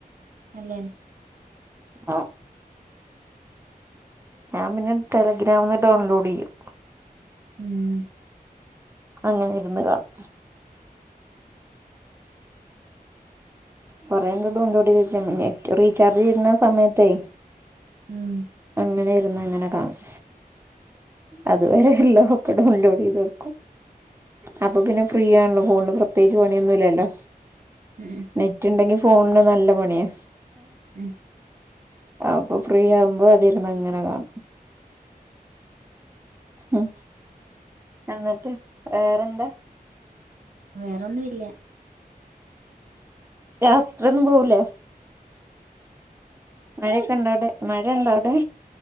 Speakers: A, on the right; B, on the right.
A: അല്ലേൻ
B: ആ ഞാൻ പിന്നെ ടെലഗ്രാംന്ന് ഡൗൺലോഡ്യ്യും.
A: ഉം
B: അങ്ങനെ ഇരുന്ന് കാണും. കൊറേണ്ട് ഡൗൺലോഡീതചേ നെറ്റ് റീചാർജ്യ്യ്ണ സമയത്തേയ്
A: ഉം.
B: അങ്ങനെ ഇര്ന്ന് അങ്ങനെ കാണും. അത് വരെ ള്ളതൊക്കേ ഡൗൺലോഡീതക്കും. അപ്പൊ പിന്നെ ഫ്രീ ആൻല്ലോ ഫോൺള് പ്രത്യേകിച്ച് പണിയൊന്നും ഇല്ലല്ലോ.
A: ഉം.
B: നെറ്റ് ണ്ടെങ്കി ഫോൺള് നല്ല പണിയാ.
A: ഉം
B: അപ്പൊ ഫ്രീ ആവുംമ്പോ തിര്ന്ന അങ്ങനെ കാണും ഉ എന്നിട്ട് വേറെന്താ?
A: വേറെന്നും ഇല്ലാ.
B: <unintelligible> സെറും ബോൽ
A: അ
B: മഴയൊക്കെണ്ടാ അവടെ മഴണ്ടോ അവടെ?